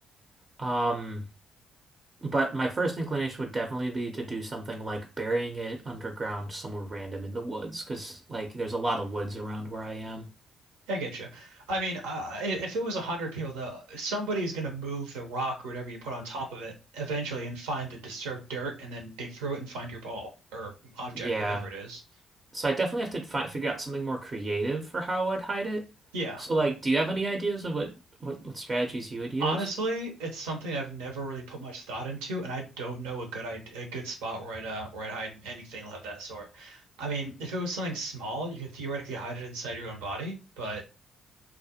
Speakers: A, on the right; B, on the right.
A: um, but my first inclination would definitely be to do something like burying it underground somewhere random in the woods, because like there's a lot of woods around where I am.
B: I get you. I mean, uh, i- if it was 100 people, though, somebody's going to move the rock or whatever you put on top of it eventually and find the disturbed dirt and then dig through it and find your ball or object,
A: Yeah.
B: whatever it is.
A: So I definitely have to fi figure out something more creative for how I'd hide it.
B: Yeah.
A: So like, do you have any ideas of what what, what strategies you would use?
B: Honestly, it's something I've never really put much thought into, and I don't know a good id- a good spot where I'd uh, where I'd hide anything of that sort. I mean, if it was something small, you could theoretically hide it inside your own body, but